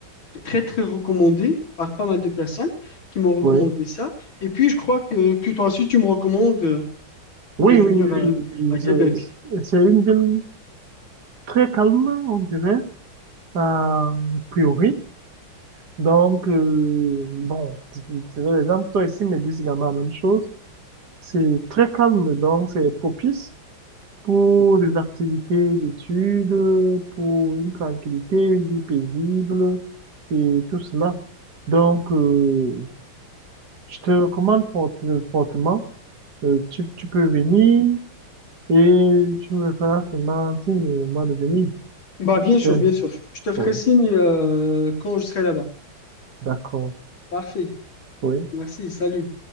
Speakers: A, on the left; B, on the right.
A: très, très recommandée par pas mal de personnes qui m'ont recommandé
B: oui.
A: ça. Et puis, je crois que, que toi aussi, tu me recommandes euh,
B: Oui,
A: de venir
B: oui,
A: euh,
B: oui, oui.
A: à Québec.
B: C'est c'est une ville très calme, on dirait, euh, a priori. Donc, euh, bon, c'est vrai, les gens qui sont ici me disent également la même chose. C'est très calme, donc c'est propice. pour des activités d'études, pour une tranquillité, une vie paisible et tout cela. Donc, euh, je te recommande fort- fortement, euh, tu, tu peux venir et tu me feras seulement signe au moment de venir.
A: Bah, bien sûr,
B: Euh,
A: bien sûr. Je te ferai
B: Oui,
A: signe euh, quand je serai là-bas.
B: d'accord.
A: Parfait.
B: Oui.
A: Merci. Salut.